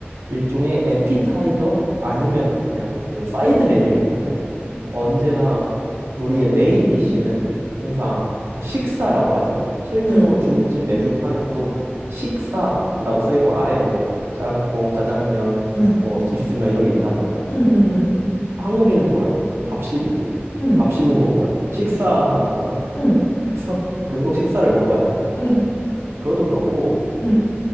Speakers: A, on the right; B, on the left.
A: 일종의 에피타이저 아니면 그냥 그 사이드 메뉴일 뿐이야. 언제나 우리의 메인 디쉬는 항상 그 식사라고 하지. 실제로
B: 응,
A: 중국집 메뉴판에 봐도 식사라고 써 있고 아래에 뭐 짬뽕, 짜장면,
B: 응,
A: 뭐 기스면 이런 게 있단 말이야.
B: 응, 응, 응,
A: 한국인은 뭐야? 밥심이지.
B: 응,
A: 밥심은 그거 뭐야? 식사하는 거잖아.
B: 응,
A: <laughs> 그래서 우리는 꼭 식사를 먹어야 돼.
B: 응,
A: 그것도 그렇고
B: 응,